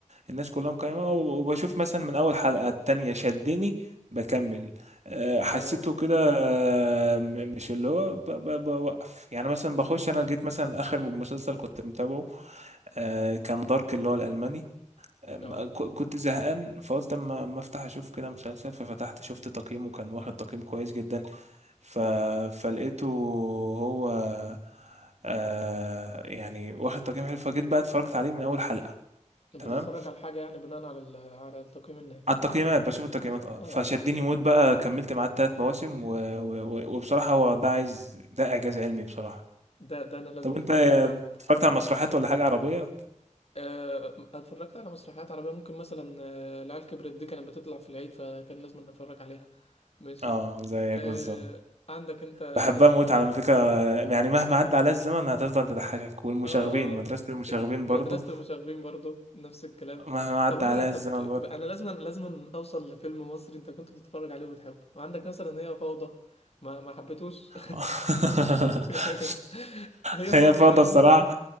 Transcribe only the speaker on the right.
الناس كلها مقيمة و- وبشوف مثلا من اول حلقة التانية شدني بكمل آه، حسيته
كده آه، م- مش اللي هو ب... ب... بوقف يعني مثلا بخش انا جيت مثلا اخر مسلسل كنت متابعه آه، كان دارك اللي هو الالماني أما
ك- كنت زهقان فقلت اما اما افتح اشوف كده مسلسل ففتحت شفت تقييمه كان واخد تقييم كويس جدا ف... فلقيته هو آه يعني واخد تقييم حلو فجيت بقى اتفرجت عليه من اول حلقة
تمام
على التقييمات بشوف التقييمات اه
فشدني
موت بقى كملت معاه التلات مواسم و... و... و- وبصراحة هو ده عايز ده اعجاز علمي بصراحة
طب انت
اتفرجت على مسرحيات ولا حاجة عربية؟
اه زيك
بالظبط
بحبها
موت على فكرة يعني مهما عدى عليها الزمن هتفضل تضحكك والمشاغبين
مدرسة
المشاغبين برضو
مهما عدى
عليها
الزمن برضو
<laughs>
هي
فوضى
بصراحة